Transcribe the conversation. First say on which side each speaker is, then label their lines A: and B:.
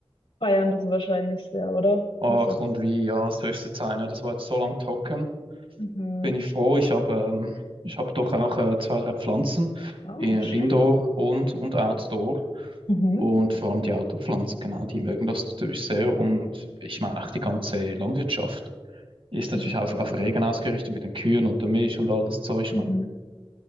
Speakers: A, on the left; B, on the right.
A: feiern das wahrscheinlich sehr, oder?
B: Ach,
A: Was sagst
B: und wie, ja, es höchste Zeit, ne? Das war jetzt so lang trocken.
A: Mhm.
B: Bin ich froh. Ich habe ähm, ich habe doch auch äh, zwei, drei Pflanzen.
A: Oh,
B: äh,
A: schön.
B: Indoor und, und Outdoor.
A: du? Mhm.
B: Und vor allem die Outdoor-Pflanzen, genau, die mögen das natürlich sehr. Und ich meine auch die ganze Landwirtschaft ist natürlich
A: Ja.
B: auf, auf Regen ausgerichtet mit den Kühen und der Milch und all das Zeug,
A: Mhm.
B: ne?